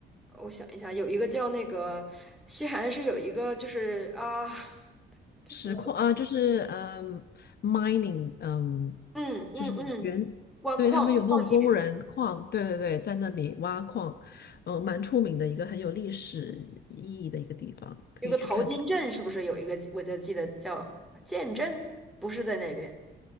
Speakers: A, in the centre; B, on the left (about 55°).
A: 我想一下，有一个叫那个西海岸是有一个就是啊，就我
B: 石矿啊，呃就是嗯 mining 嗯
A: 嗯嗯嗯，
B: 就是原
A: 挖矿矿业
B: 对他们有那种工人矿，对对对，在那里挖矿，嗯、蛮出名的一个很有历史意义的一个地方，可以去看看。
A: 有个淘金镇是不是有一个我就记得叫建镇，不是在那边，